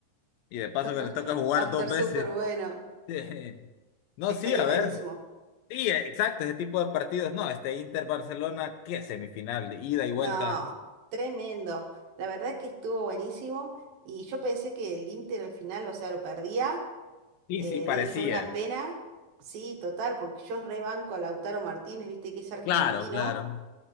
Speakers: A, on the left (about 80°); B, on the right (about 80°).
A: Y de paso que
B: <gasps>
A: le toque jugar
B: Va a estar
A: dos veces.
B: súper bueno.
A: <laughs> No,
B: Estaría
A: sí, a
B: buenísimo.
A: ver. Sí, exacto, ese tipo de partidos. No, este Inter-Barcelona, ¿qué semifinal? Ida y vuelta.
B: No, tremendo. La verdad que estuvo buenísimo y yo pensé que el Inter al final, o sea, lo perdía.
A: Sí,
B: eh,
A: sí, parecía.
B: digo yo, una pena, sí, total, porque yo rebanco a Lautaro Martínez, viste que es argentino,
A: Claro, claro.